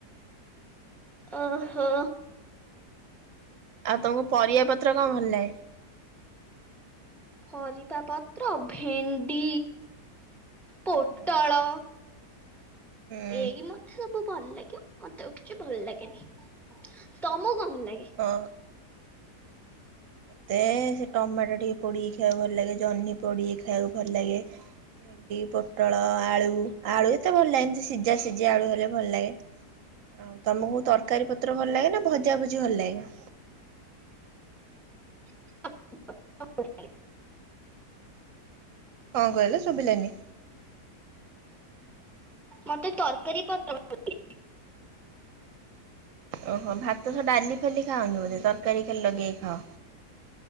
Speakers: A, in the centre; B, on the right.
A: ଓହୋ।
B: ଆଉ ତମୁକୁ ପରିବା ପତ୍ର କଣ ଭଲ ଲାଗେ?
A: ପରିବା ପତ୍ର ଭେଣ୍ଡି, ପୋଟଳ
B: ହୁଁ ହୁଁ
A: ଏ ମ ସବୁ ଭଲ ଲାଗିବ ମତେ ଆଉ କିଛି ଭଲ୍ ଲାଗେନି, ତମୁକୁ କଣ ଲାଗେ?
B: ହଁ। ତେ ସେ ଟମାଟୋ ଟିକେ ପୋଡିକି ଖାଇଆକୁ ଭଲ୍ ଲାଗେ, ଜହ୍ନି ପୋଡିକି ଖାଇଆକୁ ଭଲ୍ ଲାଗେ। ଭେଣ୍ଡି, ପୋଟଳ, ଆଳୁ-ଆଳୁ ଏତେ ଭଲ୍ ଲାଗେନି, ସେ ସି ଜା ସିଜା ଆଳୁ ହେଲେ ଭଲ୍ ଲାଗେ। ଆଉ ତମୁକୁ ତରକାରୀ ପତ୍ର ଭଲ ଲାଗେ ନା ଭଜା ଭଜି ଭଲ୍ ଲାଗେ?
A: <inaudible>
B: କଣ କହିଲେ ଶୁଭିଲାନି?
A: ମତେ ତରକାରୀ ପତ୍ର <inaudible>
B: ଓହୋ, ଭାତ ସହ ଡାଲି ଖାଲି ଖାଅନି ବୋଧେ, ତରକାରୀ ଖାଲି ଲଗେଇ ଖାଅ?